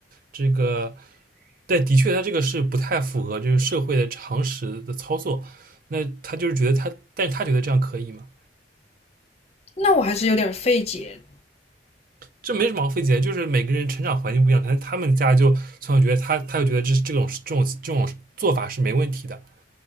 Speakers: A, on the right; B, on the left.
A: 这个，但的确他这个是不太符合就是社会的常识的操作，那他就是觉得他，但是他觉得这样可以嘛，
B: 那我还是有点儿费解。
A: 这没什么好费解的就是每个人成长环境不一样，但是他们家就从小觉得他，他就觉得这这种这种这种做法是没问题的，